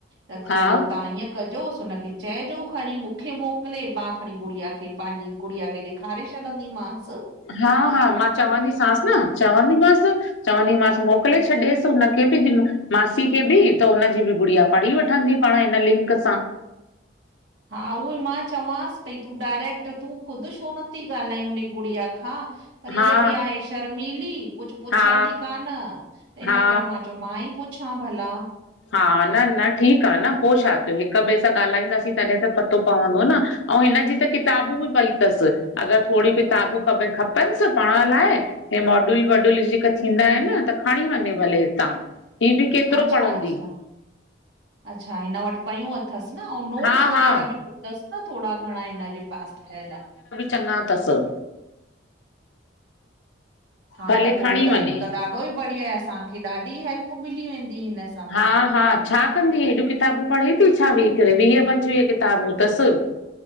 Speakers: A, on the right; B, on the left.
A: त थोरो
B: हा
A: तव्हां ईअं कजोसि हुनखें चइजो खणी मूंखे मोकिले, मां खणी गुॾिया खें पांजी गुड़िया खें ॾेखारे छॾंदीमास।
B: हा, हा, मां चवंदीसास न चवंदीमास चवंदीमासि मोकिले छॾियसि हुनखे ॿि मासी खे ॿि त, हुनॼी ॿि गुड़िया पढ़ी वठंदी पाण हिन लिंक सां।
A: हा, उहो ही मां चवांसि पई तूं डायरेक्ट, तूं ख़ुद छो नथी ॻाल्हाई उनजी गुड़िया खां पर
B: हा
A: इह ॿि आहे शर्मिली, कुछ पुछंदी
B: हा
A: कान त
B: हा
A: इन करे मां चयो माई पुछां भला।
B: हां, न न ठीक आ न पो छा थियो हिक ॿिए सां ॻाल्हाईंदासीं तॾहिं त पतो पवंदो न। आऊ हिनॼी त किताबूं ॿि पई तसि, अगर थोरी किताबूं खपनसि पढ़ण लाइ हे मॉड्यूल वॉड्यूल ॼेका थींदा आहिनि न त खणी वञे भले हितां। ही बि केतिरो
A: अच्छा-अच्छा,
B: पढ़ंदी
A: अच्छा हिन वट पयूं अथसि न आउ नोट्स
B: हा
A: वग़ैरह
B: हा
A: ॿि दसि न थोड़ा घणा हिनॼे पास ठहियल आ।
B: चॻां अथसि।
A: हा,
B: भले
A: त पोइ
B: खणी
A: त
B: वञे
A: इहो त ॾाढो ई बढ़िया आहे। असांखे ॾाढी हेल्प मिली वेंदी हिन सां त।
B: हा हा, छा कंदी हेॾूं किताबूं पढ़े थी छा वेही करे वीह -पंजवीह किताबूं अथसि।